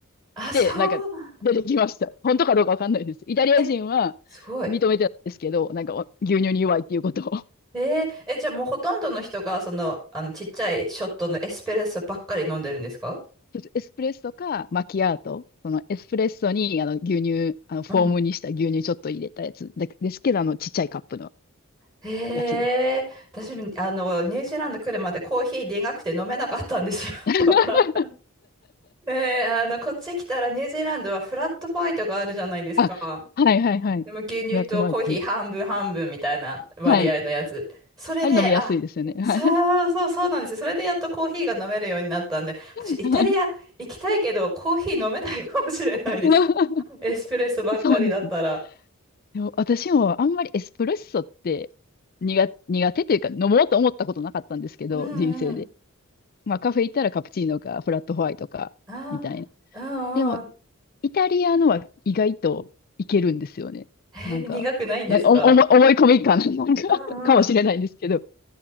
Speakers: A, on the right (about 20°); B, on the left (about 45°).
A: あ、そうなんだ。
B: で、なんか出てきました。本当かどうかわかんないです。イタリア人は認めてないですけど、
A: え、すごい。
B: なんかお牛乳に弱いっていうことを。
A: えー、え、じゃあもうほとんどの人が、その、あの、ちっちゃいショットのエスプレッソばっかり飲んでるんですか
B: エスプレッソかマキアート。そのエスプレッソにあの牛乳、あのフォームにした牛乳ちょっと入れたやつだですけど、
A: うん。
B: あのちっちゃいカップの
A: へえ、
B: やつです。
A: 私、あの、ニュージーランド来るまでコーヒー苦くて飲めなかったんですよ。
B: <laughs>
A: <laughs> ねえ、あの、こっち来たらニュージーランドはフラットホワイトがあるじゃないですか。
B: あ、はいはいはい。
A: でも牛乳とコーヒー半分半分みたいな割合のやつ。
B: フラットホワイトね。はい。
A: それで、
B: あれ飲みやすいですよね。
A: あ、そうそうそうなんですよ。
B: はい。
A: それでやっとコーヒーが飲めるようになったんで、
B: <laughs>
A: 私イタリア行きたいけどコーヒー飲めないかもしれないです。
B: はい。<laughs>
A: <laughs> エスプレッソばっかりだったら。
B: そうですね。でも私もあんまりエスプレッソって苦、苦手というか飲もうと思ったことなかったんですけど、
A: うんうん。
B: 人生で。まあカフェ行ったらカプチーノかフラットホワイトかみたいな。
A: あ、うんうん。
B: でもイタリアのは意外といけるんですよね。
A: <laughs> え、
B: なんか、
A: 苦くないんですか
B: なんかお思い思い込み感なんか <laughs>、
A: うんうん。
B: かもしれないんですけど。